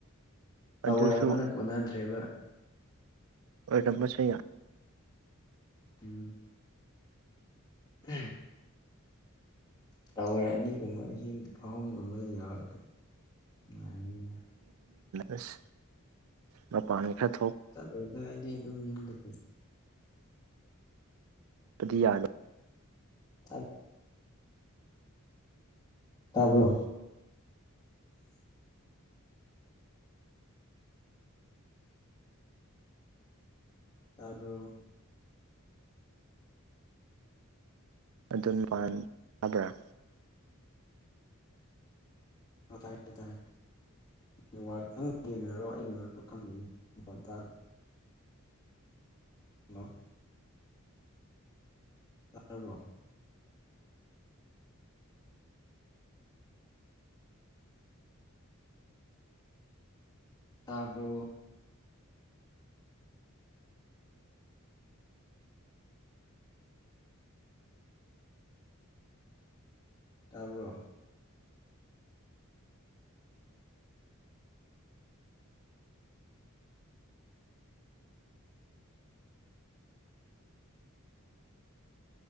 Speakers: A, on the left; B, on the right.
A: ꯇꯋꯔ
B: ꯑꯗꯨꯁꯨ
A: ꯑꯃꯅ ꯀꯣꯟꯅꯗ꯭ꯔꯦꯕ
B: ꯑꯣꯏꯗꯝꯕꯁ ꯌꯥ
A: ꯎꯝ ꯎꯝ <unintelligible> ꯇꯧꯔ ꯑꯅꯤꯒꯨꯝꯕ ꯑ ꯑꯍꯨꯝꯒꯨꯝꯕ ꯌꯥꯎꯔꯗꯤ ꯅꯨꯡꯉꯥꯏꯔꯅꯤꯗ
B: ꯑꯁ ꯃꯄꯥꯟ ꯈꯛꯇ
A: ꯆꯠꯂꯨꯔꯒ ꯑꯩꯗꯤ ꯑꯗꯨꯝ ꯌꯨꯝꯗ ꯂꯩ
B: ꯑꯗꯨꯗꯤ ꯌꯥꯔꯦ
A: ꯑ <unintelligible> ꯇꯥꯕ꯭ꯔꯣ ꯇꯥꯕ꯭ꯔꯣ
B: ꯑꯗꯨ ꯌꯥꯕ꯭ꯔꯥ <unintelligible>
A: ꯑ ꯇꯥꯏꯌꯦ-ꯇꯥꯏꯌꯦ ꯅꯦꯛꯋꯥꯔꯛ ꯅꯪꯒꯤꯅꯥꯔꯣ ꯑꯩꯒꯤꯅꯥꯔꯣ ꯈꯪꯗꯦꯅꯦ ꯃꯥꯈꯣꯜ ꯇꯥꯗꯦ ꯍꯥꯜꯂꯣ ꯇꯥꯔꯕꯣ ꯇꯥꯕ꯭ꯔꯣ ꯇꯥꯕ꯭ꯔꯣ